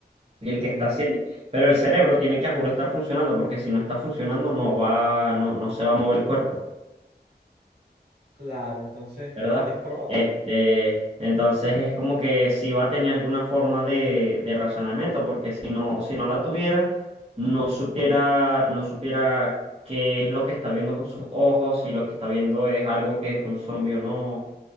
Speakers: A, on the right; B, on the right.
A: y el
B: Ujú.
A: que está haciendo, pero el cerebro tiene que a juro estar funcionando, porque si no está funcionando, no va, no, no se va a mover el cuerpo.
B: Claro, entonces
A: ¿verdad?
B: es proba-
A: Este, entonces es como que si va a tener alguna forma de, de razonamiento, porque si no, si no la tuviera, no supiera, no supiera qué es lo que está viendo con sus ojos, si lo que está viendo es algo que es un zombie o no.